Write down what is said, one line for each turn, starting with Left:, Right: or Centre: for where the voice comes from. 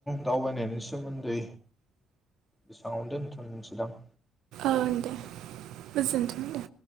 Centre: दावबायनायनि सोमोन्दै बेसाङावनो दोनथनोसैदां
Right: ओ दे गोजोनथों दे